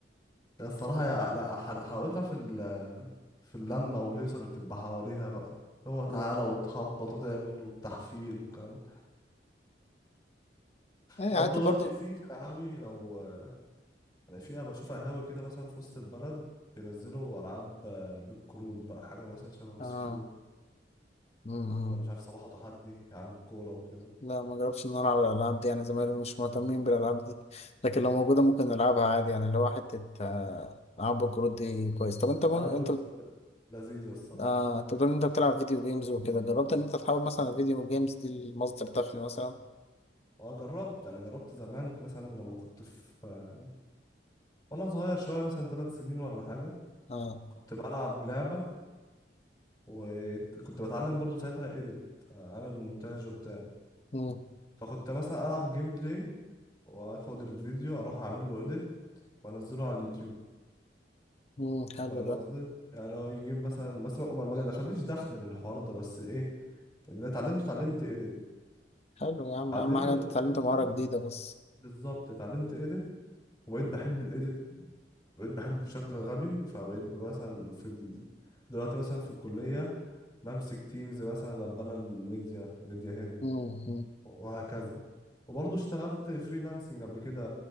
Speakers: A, on the left; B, on the left.
A: ده الصراحه يع- لا حل- حلاوتها في ال في اللمه والهيصه اللي بتبقى حواليها بقى اللي هو تعالى
B: مم.
A: وتخبط وتعمل والتحفيل والكلام
B: أي
A: وبرضه
B: قعدت برضه
A: دلوقتي في في القهاوي لو يعني في بشوف قهاوي كده مثلا في وسط البلد بينزلوا ألعاب آه، بالكروت بقى حاجة مثلا شبه
B: آه
A: سكرو
B: مم.
A: ولا مش عارف صباحه تحدي عن الكورة وكده
B: لا ما جربتش ان انا العب الالعاب دي يعني زمايلي مش مهتمين بالالعاب دي لكن لو موجوده ممكن نلعبها عادي يعني اللي هو حته آه، العاب الكروت دي كويس طب انت مو...
A: ألعاب
B: انت
A: الكروت
B: بت-
A: ل- لذيذة الصراحة
B: آه... انت بتقول ان انت بتلعب فيديو جيمز وكده جربت ان انت تحاول مثلا الفيديو جيمز دي لمصدر دخل مثلا
A: اه جربت يعني جربت زمان مثلا لما كنت في آه، وأنا صغير شوية مثلا ثلاث سنين ولا حاجة
B: اه
A: كنت بلعب لعبة وكنت بتعلم برضو ساعتها إيديت أعمل مونتاج وبتاع
B: مم.
A: فكنت مثلا ألعب جيم بلاي وآخد الفيديو أروح أعمل له إيديت وانزله على اليوتيوب
B: مم. حلو
A: فاهم
B: ده
A: قصدي يعني هو يجيب مثلا بس ما ما- ما دخليش دخل من الحوار ده بس ايه اللي اتعلمته اتعلمت ايديت
B: حلو يا عم
A: بعدين
B: اهم حاجه انت
A: قدام
B: اتعلمت مهاره
A: ده
B: جديده بس
A: بالظبط اتعلمت ايديت وبقيت بحب الايديت بقيت بحبه بشكل غبي فبقيت ب- مثلا في ال... دلوقتي مثلا في الكلية بمسك تيمز مثلا ابقى انا الميديا ميديا هيد
B: مم. مم.
A: وهكذا وبرضه اشتغلت فريلانسنج قبل كده